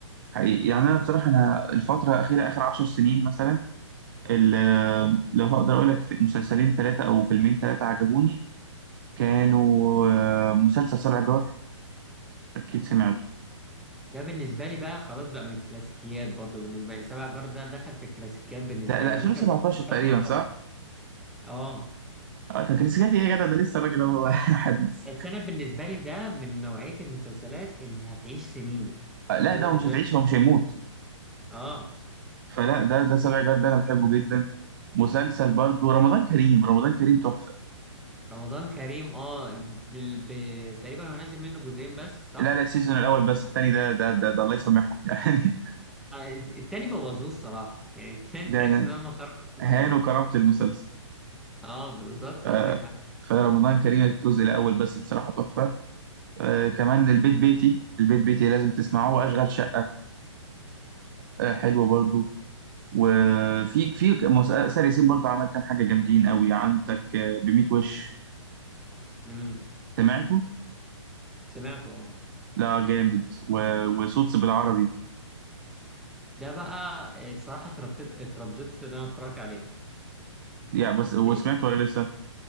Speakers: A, on the right; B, in the centre.
A: حقيقي يعني انا بصراحه انا الفتره الاخيره اخر عشر سنين مثلا ال- لو هقدر اقول لك في مسلسلين ثلاثه او فيلمين ثلاثه عجبوني كانوا آه، مسلسل سبع جار اكيد سمعته
B: ده بالنسبه لي بقى خلاص بقى من الكلاسيكيات برضو بالنسبه لي سبع جار ده دخل في الكلاسيكيات بالنسبه
A: ده ده
B: لي
A: 2017
B: ممكن اتفرج
A: تقريبا
B: ثلاث مرات
A: صح؟
B: اه
A: اه تكريسيكاتي ايه يا جدع ده لسه الراجل هو <laughs> حديث
B: بس انا بالنسبه لي ده من نوعيه المسلسلات اللي هتعيش سنين
A: آه، لا
B: ده
A: ده
B: بالنسبه
A: هو مش هتعيش هو مش هيموت
B: لي اه
A: فلا ده ده سبع جار ده انا بحبه جدا مسلسل برضو رمضان كريم رمضان كريم تحفه
B: رمضان كريم اه ب... ب... تقريبا هو نازل منه جزئين بس صح
A: لا لا السيزون الاول بس التاني ده ده ده, ده الله يسامحهم <laughs> يعني
B: آه، التاني بوظوه الصراحة يعني التاني
A: ده
B: تحس
A: انا
B: ان هم خرجوا اللي
A: هانوا
B: هم عملوه
A: كرامه المسلسل
B: اه بالظبط
A: ف-
B: عندك حق
A: فرمضان كريم الجزء الاول بس بصراحه تحفه آه كمان البيت بيتي البيت بيتي لازم تسمعه واشغال شقه آه حلوه برضو وفي في مسلسل ياسين برضو عمل كام حاجه جامدين قوي عندك آه بميت وش
B: امم
A: سمعته
B: سمعته اه
A: لا جامد و- وصوت بالعربي
B: ده بقى آه، الصراحة اترددت اترددت ان انا اتفرج عليه
A: يعني بس وسمعته
B: لان
A: ولا لسه